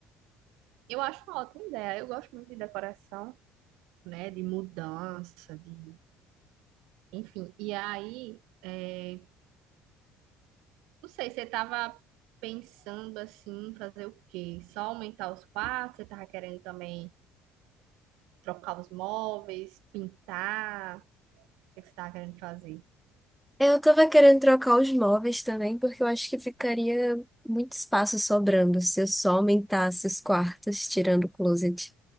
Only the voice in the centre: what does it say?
Eu tava querendo trocar os móveis também, porque eu acho que ficaria muito espaço sobrando se eu só aumentasse os quartos, tirando o closet.